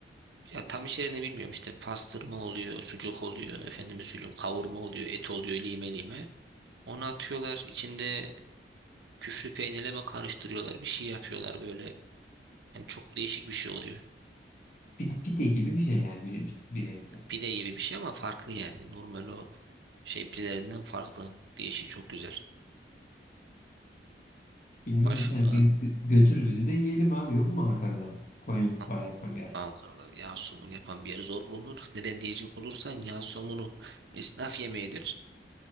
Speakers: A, on the right; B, on the left.
A: ya tam içeriğini bilmiyorum işte pastırma oluyor, sucuk oluyor, efendime söyleyeyim kavurma oluyor, et oluyor lime lime. Onu atıyorlar içinde küflü peynirle mi karıştırıyorlar bir şey yapıyorlar böyle. Yani çok değişik bir şey oluyor.
B: pit pide gibi bir şey yani bir, bir evde.
A: Pide gibi bir şey ama farklı yani. Normal o şey pidelerinden farklı. Değişik çok güzel.
B: Bilmiyorum.
A: Başka
B: Yani biz gö- götür bizi de yiyelim abi. Yok mu Ankara'da? Konya mutfağı
A: A-
B: yapan bir yer.
A: Ankara'da yağ somunu yapan bir yer zor bulunur. Neden diyecek olursan yağ somunu esnaf yemeğidir.